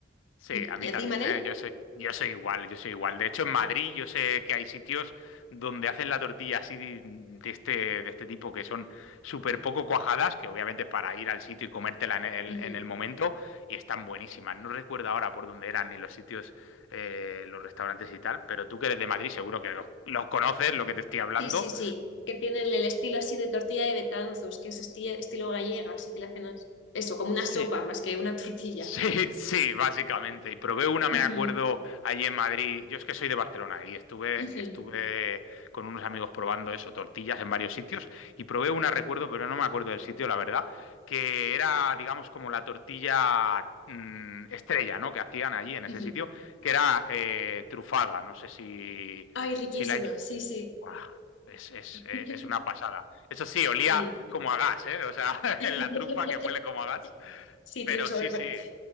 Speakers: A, on the left (about 85°); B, on the left (about 65°).
A: Sí,
B: Mm.
A: a
B: ¿Y
A: mí
B: a
A: también,
B: ti, Manel?
A: ¿eh? Yo soy, yo soy igual, yo soy igual. De hecho, en Madrid yo sé que hay sitios donde hacen la tortilla así de de este, de este tipo que son súper poco cuajadas, que obviamente es para ir al sitio y comértela en el,
B: Ujú.
A: en el momento, y están buenísimas. No recuerdo ahora por dónde eran ni los sitios, eh, los restaurantes y tal, pero tú que eres de Madrid seguro que los, los conoces, lo que te estoy hablando.
B: Sí, sí, sí. Que tienen el estilo así de tortilla de Betanzos, que es esti- estilo gallega, así que le hacen as- eso, como una
A: Sí,
B: sopa más que una tortilla.
A: Sí, sí, básicamente. Y probé una, me
B: Ujú,
A: acuerdo, allí en Madrid. Yo es que soy de Barcelona y estuve,
B: ujú,
A: estuve con unos amigos probando eso, tortillas en varios sitios. Y probé una, recuerdo, pero no me acuerdo del sitio, la verdad, que era, digamos, como la tortilla mm, estrella, ¿no? Que hacían allí en ese
B: ujú.
A: sitio, que era eh, trufada. No sé si,
B: Ay, riquísima,
A: si la...
B: sí, sí.
A: Buah, Es, es,
B: <laughs>
A: eh, es una pasada. Eso sí, olía
B: Sí.
A: como a gas, ¿eh? O sea, <laughs>
B: <laughs>
A: la trufa que huele como a gas.
B: Sí,
A: Pero
B: tiene un sabor,
A: sí,
B: par-
A: sí.